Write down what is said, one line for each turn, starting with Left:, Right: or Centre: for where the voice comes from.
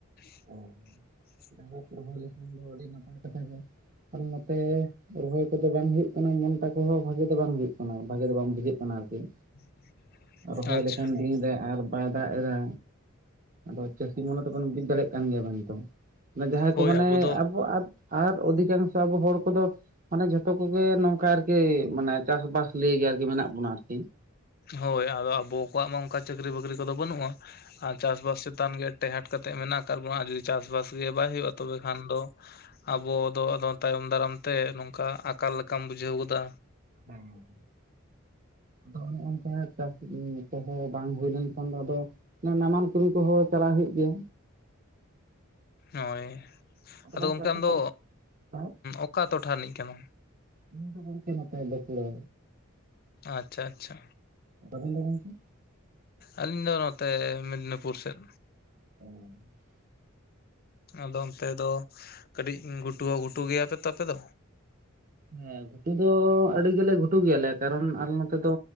Left: <inaudible>
Right: ᱚ <unintelligible> ᱞᱮᱠᱷᱟᱱ ᱫᱚ ᱟᱹᱰᱤ ᱱᱟᱯᱟᱭ ᱠᱟᱛᱷᱟ ᱜᱮ ᱟᱨ ᱱᱚᱛᱮ ᱨᱚᱦᱚᱭ ᱠᱚᱫᱚ ᱵᱟᱝ ᱦᱩᱭᱩᱜ ᱠᱟᱱᱟ ᱢᱚᱱᱴᱟ ᱠᱚᱦᱚᱸ ᱵᱷᱟᱜᱮ ᱫᱚ ᱵᱟᱝ ᱦᱩᱭᱩᱜ ᱠᱟᱱᱟ ᱵᱷᱟᱜᱮ ᱫᱚ ᱵᱟᱝ ᱵᱩᱡᱷᱟᱹᱜ ᱠᱟᱱᱟ ᱟᱨᱠᱤ ᱾
Left: <unintelligible>
Right: ᱨᱚᱦᱚᱭ
Left: ᱟᱪᱪᱷᱟ
Right: ᱞᱮᱠᱷᱟᱱ ᱫᱤᱱ ᱨᱮ ᱟᱨ ᱵᱟᱭ ᱫᱟᱜ ᱮᱫᱟ ᱟᱫᱚ ᱪᱟᱹᱥᱤ ᱢᱚᱱᱮ ᱛᱮᱵᱚᱱ ᱵᱩᱡ ᱫᱟᱲᱮ ᱠᱟᱱ ᱜᱮᱭᱟ ᱵᱚᱱ ᱛᱚ ᱡᱟᱦᱟᱸᱭ
Left: ᱦᱳᱭ
Right: ᱠᱚ ᱢᱟᱱᱮ
Left: ᱟᱵᱚ ᱫᱚ
Right: ᱟᱵᱚᱣᱟᱜ ᱟᱨ ᱚᱫᱷᱤᱠᱟᱝᱥᱚ ᱟᱵᱚ ᱦᱚᱲ ᱠᱚᱫᱚ ᱢᱟᱱᱮ ᱡᱷᱚᱛᱚ ᱠᱚᱜᱮ ᱱᱚᱝᱠᱟ ᱟᱨᱠᱤ ᱢᱟᱱᱮ ᱪᱟᱥᱵᱟᱥ ᱞᱤᱭᱮ ᱜᱮ ᱟᱨᱠᱤ ᱢᱮᱱᱟᱜ ᱵᱚᱱᱟ ᱟᱨᱠᱤ ᱾
Left: ᱦᱳᱭ ᱟᱫᱚ ᱟᱵᱚ ᱠᱚᱣᱟᱜ ᱢᱟ ᱚᱱᱠᱟ ᱪᱟᱹᱠᱨᱤ ᱵᱟᱹᱠᱨᱤ ᱠᱚᱫᱚ ᱵᱟᱹᱱᱩᱜᱼᱟ ᱟᱨ ᱪᱟᱥᱵᱟᱥ ᱪᱮᱛᱟᱱ ᱜᱮ ᱴᱮᱦᱟᱴ ᱠᱟᱛᱮᱫ ᱢᱮᱱᱟᱜ ᱟᱠᱟᱫ ᱵᱚᱱᱟ ᱟᱨ ᱡᱩᱫᱤ ᱪᱟᱥᱵᱟᱥ ᱜᱮ ᱵᱟᱭ ᱦᱩᱭᱩᱜᱼᱟ ᱛᱚᱵᱮ ᱠᱷᱟᱱ ᱫᱚ ᱟᱵᱚ ᱫᱚ ᱟᱫᱚ ᱛᱟᱭᱚᱢ ᱫᱟᱨᱟᱢ ᱛᱮ ᱱᱚᱝᱠᱟ ᱟᱠᱟᱞ ᱞᱮᱠᱟᱢ ᱵᱩᱡᱷᱟᱹᱣ ᱜᱚᱫᱟ ᱾
Right: ᱦᱩᱸ᱾ ᱟᱫᱚ ᱚᱱᱮ ᱚᱝᱠᱟ ᱪᱟᱥ ᱠᱚᱦᱚ ᱵᱟᱝ ᱦᱩᱭ ᱞᱮᱱᱠᱷᱟᱱ ᱫᱚ ᱟᱫᱚ ᱱᱟᱢᱟᱞ ᱠᱟᱹᱢᱤ ᱠᱚᱦᱚᱸ ᱪᱟᱞᱟᱜ ᱦᱩᱭᱩᱜ ᱜᱮᱭᱟ᱾
Left: ᱦᱳᱭ ᱟᱫᱚ
Right: ᱜᱚᱝᱠᱮ
Left: ᱜᱚᱢᱠᱮ
Right: ᱟᱯᱮ
Left: ᱟᱢᱫᱚ
Right: ᱥᱮᱫ
Left: ᱚᱠᱟ ᱴᱚᱴᱷᱟ ᱨᱤᱱᱤᱡ ᱥᱟᱱᱟᱢ?
Right: ᱤᱧ ᱫᱚ ᱵᱚᱞᱛᱮ ᱱᱚᱛᱮ ᱵᱟᱠᱩᱲᱟ᱾
Left: ᱟᱪᱪᱷᱟ ᱟᱪᱪᱷᱟ᱾
Right: ᱟᱵᱮᱱ ᱫᱚ ᱜᱚᱝᱠᱮ
Left: ᱟᱹᱞᱤᱧ ᱫᱚ ᱱᱚᱛᱮ ᱢᱮᱫᱽᱱᱤᱯᱩᱨ ᱥᱮᱫ᱾
Right: <unintelligible>
Left: ᱟᱫᱚ ᱚᱱᱛᱮ ᱫᱚ ᱠᱟᱹᱴᱤᱡ ᱜᱷᱩᱴᱩ ᱦᱚ ᱜᱷᱩᱴᱩ ᱜᱮᱭᱟᱯᱮ ᱛᱚ ᱟᱯᱮ ᱫᱚ᱾
Right: ᱦᱮᱸ ᱜᱷᱩᱴᱩ ᱫᱚ ᱟᱹᱰᱤ ᱜᱮᱞᱮ ᱜᱷᱩᱴᱩ ᱜᱮᱭᱟᱞᱮ ᱠᱟᱨᱚᱱ ᱟᱞᱮ ᱱᱚᱛᱮ ᱫᱚ